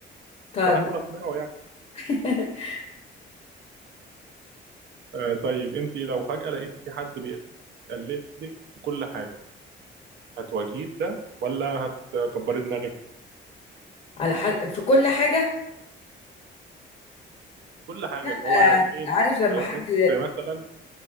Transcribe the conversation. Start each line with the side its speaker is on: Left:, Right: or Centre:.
Left: طيب
Right: بحاول اقنعه
Left: <laughs>
Right: آه طيب انت لو فجأة لقيتي في حد بيقلدك في كل حاجة هتواجهيه بده ولا هتكبري دماغك
Left: على حد في كل حاجة
Right: في كل حاجة
Left: آه،
Right: اللي هو يعني ايه
Left: عارف لما
Right: آه
Left: حد
Right: بنت مثلا